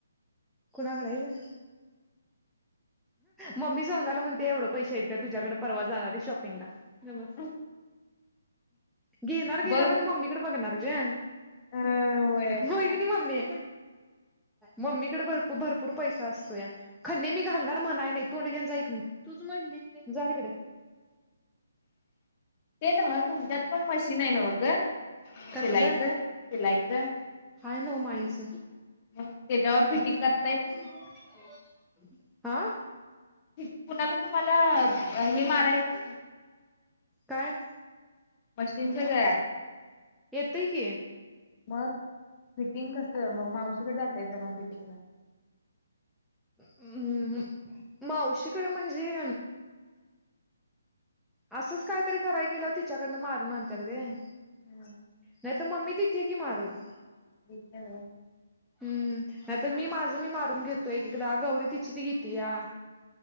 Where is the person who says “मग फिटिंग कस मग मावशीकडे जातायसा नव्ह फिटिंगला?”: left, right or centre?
Left